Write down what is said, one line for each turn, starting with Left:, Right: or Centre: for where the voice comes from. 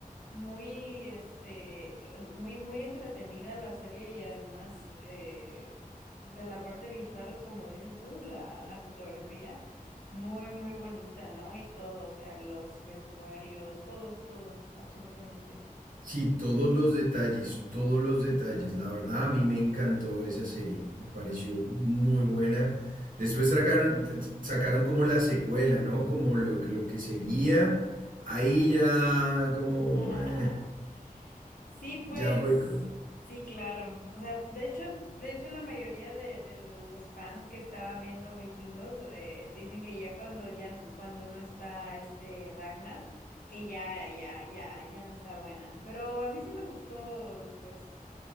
Left: muy, este, eh, muy, muy entretenida la serie y además eh, de la parte visual, como dices tú, la, la fotografía, muy, muy bonita, ¿no? Y todo, o sea, los vestuarios, todo, todo, absolutamente.
Right: Sí, todos los detalles, todos los detalles. La verdad, a mí me encantó esa serie. Me pareció muy buena. Después sacaron, sacaron como la secuela, ¿no? Como lo, que- lo que seguía. Ahí ya, como,
Left: <laughs>
Right: eh,
Left: Sí, pues
Right: ya fue. como-
Left: sí, claro. O sea, de hecho, de hecho la mayoría de, de los fans que estaba viendo Vikingos eh, dicen que ya cuando ya n- cuando no está este Ragnar, que ya ya ya ya no está buena. Pero a mí sí me gustó después.